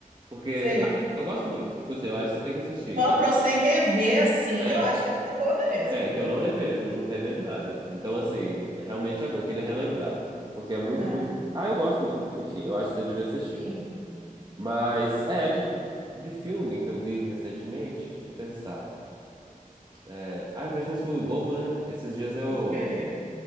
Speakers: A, on the right; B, on the right.
A: Porque
B: sei.
A: ah, eu gosto muito. Tipo assim, eu acho que você tem que assistir.
B: Só
A: Que
B: para você rever assim,
A: é,
B: eu acho que deve ser boa mesmo.
A: é, é, que eu não revejo, não revejo nada. Então, assim, realmente é bom. Eu queria relembrar. Porque é muito,
B: Ah,
A: muito. Ah, eu gosto muito. Enfim, eu acho que você devia assistir.
B: sim.
A: Mas, é, de, de filme que eu vi recentemente, deixa eu pensar. É, ah, eu vejo um filme bobo, né? Esses dias eu,
B: Tipo o quê?